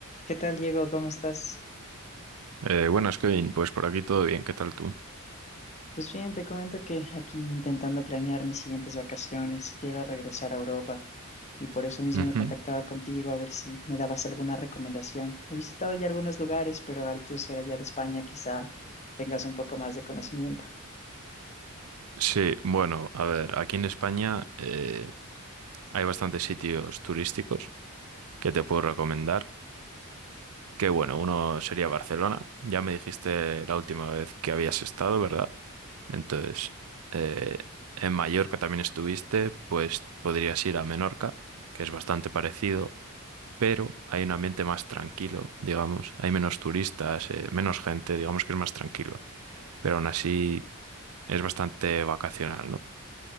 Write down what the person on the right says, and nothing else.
Eh, buenas, Kevin. Pues por aquí todo bien. ¿Qué tal tú?
Ujú.
Sí, bueno, a ver, aquí en España eh, hay bastantes sitios turísticos que te puedo recomendar. Que bueno, uno sería Barcelona. Ya me dijiste la última vez que habías estado, ¿verdad? Entonces, eh, en Mallorca también estuviste, pues podrías ir a Menorca, que es bastante parecido, pero hay un ambiente más tranquilo, digamos. Hay menos turistas, eh, menos gente, digamos que es más tranquilo. Pero aún así es bastante vacacional, ¿no?